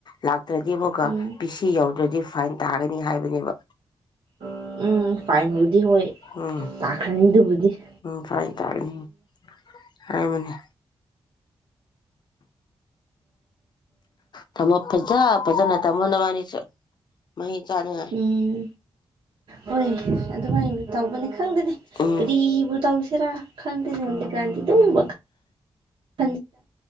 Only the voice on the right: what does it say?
ꯎꯝ
ꯎꯝ ꯐꯥꯏꯟꯕꯨꯗꯤ ꯍꯣꯏ
ꯂꯥꯛꯈ꯭ꯔꯅꯤꯗꯨꯕꯨꯗꯤ
ꯎꯝ ꯍꯣꯏ ꯑꯗꯨꯃꯥꯏꯅ ꯇꯧꯕ ꯂꯩ ꯈꯪꯗꯦꯅꯦ
ꯀꯔꯤꯕꯨ ꯇꯧꯁꯤꯔꯥ ꯈꯪꯗꯦꯅꯦ ꯍꯧꯖꯤꯛꯀꯥꯟꯗꯤ ꯗꯨꯝ ꯋꯥꯈꯜ <inaudible>